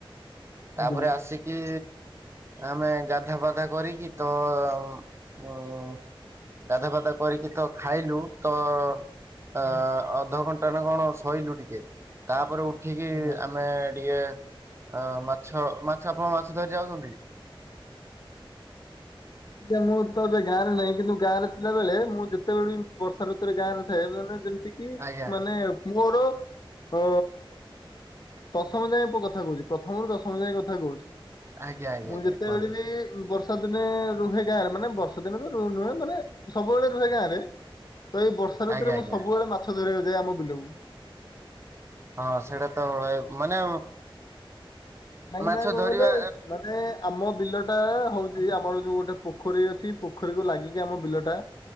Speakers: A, on the left; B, on the right.
A: ଆଜ୍ଞା।
B: ତାପରେ ଆସିକି ଆମେ ଗାଧୁଆ ପାଧୁଆ କରିକି ତ ଅ ଗାଧୁଆ ପାଧୁଆ କରିକି ତ ଖାଇଲୁ ତ ତ
A: ଆଜ୍ଞା
B: ଅଧଘଣ୍ଟା ନା କଣ ସୋଇଲୁ ଟିକେ ତାପରେ ଉଠିକି
A: ଆଜ୍ଞା।
B: ଆମେ ଟିକେ ଅ ମାଛ ମାଛ ଆପଣ ମାଛ ଧରି ଯାଉଛନ୍ତି?
A: ଆଜ୍ଞା ମୁଁ ତ ଏବେ ଗାଁରେ ନାହିଁ କିନ୍ତୁ ଗାଁରେ ଥିଲାବେଳେ ମୁଁ ଯେତେବେଳେ ବି ବର୍ଷା ଋତୁରେ ଗାଁ ରେ ଥାଏ ମାନେ ଟିକେ
B: ଆଜ୍ଞା
A: ମାନେ ପୁଅର ଅ ଦଶମ ଯାଏଁ କଥା କହୁଛି ପ୍ରଥମରୁ ଦଶମ ଯାଏ କଥା କହୁଛି।
B: ଆଜ୍ଞା ଆଜ୍ଞା
A: ମୁଁ
B: ଆଜ୍ଞା
A: ଯେତେବେଳେ
B: କୁହନ୍ତୁ
A: ବି ବର୍ଷା ବର୍ଷା ଦିନେ ରୁହେ ଗାଁ ରେ ମାନେ ବର୍ଷା ଦିନେ ତ ନୁହେଁ ମାନେ ସବୁବେଳେ ରୁହେ ଗାଁ ରେ ତ ଏଇ ବର୍ଷା ଋତୁରେ
B: ଆଜ୍ଞା
A: ମୁଁ
B: ଆଜ୍ଞା
A: ସବୁବେଳେ ମାଛ ଧରିବାକୁ ଯାଏ ଆମ ବିଲକୁ।
B: ହଁ ସେଇଟା ତଏ ମାନେ
A: କାହଁକି
B: ମାଛ
A: ନା କଣ କହିଲେ
B: ଧରିବା
A: ମାନେ ଆମ ବିଲ ଟା ହଉଛି ଆମର ଯୋଉ ଗୋଟେ ପୋଖରୀ ଅଛି ପୋଖରୀକୁୁ ଲାଗିକି ଆମ ବିଲଟା